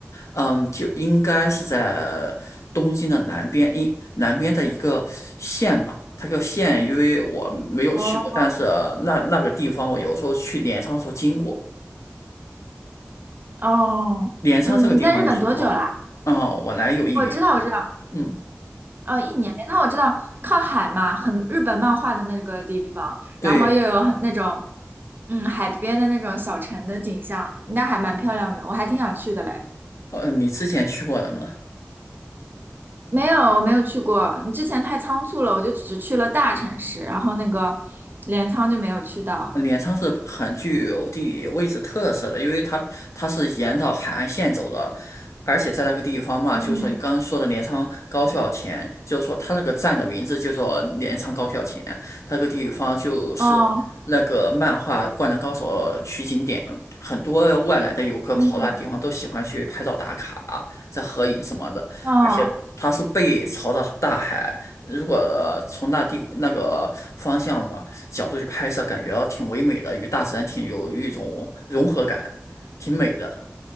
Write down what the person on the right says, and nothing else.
哦
哦，
嗯，你在日本多久啦？
我知道，我知道，
呃，一年。但我知道靠海嘛，很日本漫画的那个地方，
然后又有很那种嗯海边的那种小城的景象，那还蛮漂亮的，我还挺想去的嘞。
没有，我没有去过。你之前太仓促了，我就只去了大城市，然后那个镰仓就没有去到。
嗯
哦，
嗯，
哦，